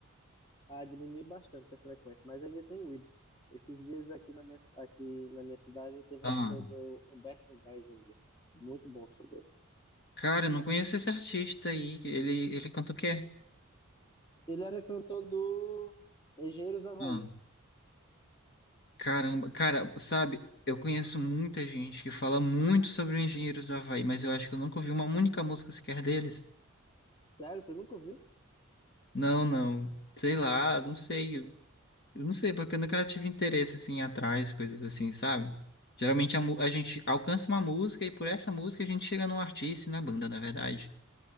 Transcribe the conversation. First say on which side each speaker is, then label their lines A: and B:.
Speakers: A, on the left; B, on the left.
A: Ah, diminui bastante a frequência, mas ainda tem ido. Esses dias aqui na minha, aqui na minha cidade teve
B: Ah,
A: um show do Humberto Geisinger. Muito bom o show dele.
B: cara, eu não conheço esse artista aí. Ele, ele canta o quê?
A: Ele era cantor do Engenheiros do Havaí.
B: Ah, caramba, cara, sabe, eu conheço muita gente que fala muito sobre os Engenheiros do Havaí, mas eu acho que eu nunca ouvi uma única música sequer deles.
A: Sério, você nunca ouviu?
B: Não, não. Sei lá, não sei. Eu eu não sei, porque eu nunca tive interesse assim atrás, coisas assim, sabe? Geralmente a, mu- a gente alcança uma música e por essa música a gente chega num artista e na banda, na verdade.